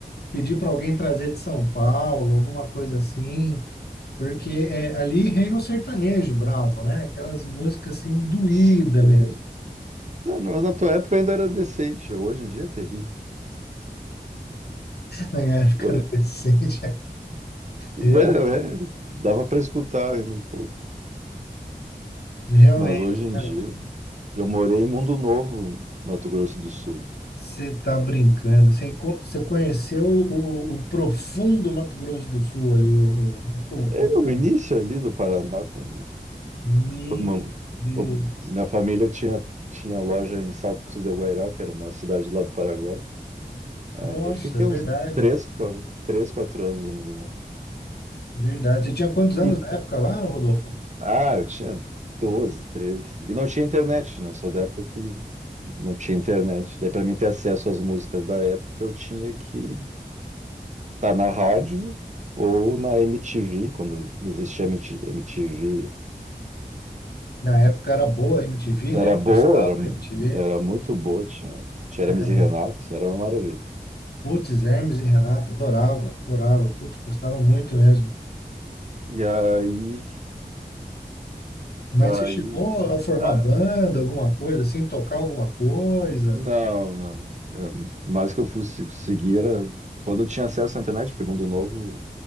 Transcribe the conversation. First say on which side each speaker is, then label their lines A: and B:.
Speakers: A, on the left (about 85°); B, on the right (about 45°).
A: pedir para alguém trazer de São Paulo, alguma coisa assim. Porque é, ali reina o sertanejo bravo, né? Aquelas músicas assim, doída
B: Sim.
A: mesmo.
B: Não, não, mas na tua época ainda era decente, hoje em dia é terrível.
A: Na época
B: Hoje-
A: era <laughs> decente. Realmente,
B: é, é, dava para escutar ainda um pouco,
A: realmente,
B: mas hoje em
A: realmente.
B: dia. Eu morei em Mundo Novo, Mato Grosso do Sul.
A: Você tá brincando. Você, enco- você conheceu o, o profundo Mato Grosso do Sul ali, o, a cultura.
B: É o início ali do Paraná. Com...
A: Meu
B: uma-
A: Deus
B: eu-
A: do céu.
B: Minha família tinha, tinha loja em Salto de Guairá, que era uma cidade do lado do Paraguai. Aí
A: Nossa,
B: fiquei
A: é verdade.
B: uns três 4, três, quatro anos em Mundo Novo.
A: Verdade. Você tinha quantos anos
B: E,
A: na época lá, Rodolfo?
B: ah, eu tinha 12, 13. E não tinha internet, né? Sou da época que não tinha internet. Daí, para mim ter acesso às músicas da época, eu tinha que estar na rádio ou na MTV, quando existia MTV
A: Na época era boa a MTV,
B: Era
A: né?
B: boa,
A: Prestava
B: era,
A: a MTV.
B: era muito boa, tinha, tinha
A: Cara,
B: Hermes e Renato, era uma maravilha.
A: putz, Hermes e Renato, adorava, adorava. Putz, gostava muito mesmo.
B: E aí,
A: Mas
B: aí,
A: você chegou a formar
B: ah,
A: banda, alguma coisa, assim, tocar alguma coisa?
B: não, não. É, mais que eu fosse seguir era quando eu tinha acesso à internet, porque Mundo Novo